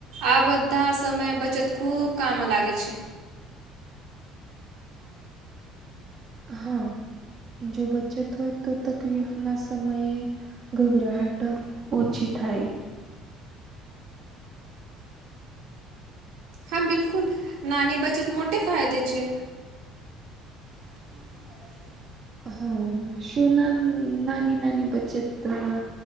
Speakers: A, on the right; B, on the right.
A: આ બધા સમય બચત ખૂબ કામ લાગે છે.
B: હા જો બચત હોય તો તકલીફ ના સમયે ગભરાહટ ઓછી થાય.
A: હા, બિલકુલ નાની બચત મોટે ફાયદે છે. <inaudible>
B: હા, શું નાન નાની નાની બચત અહ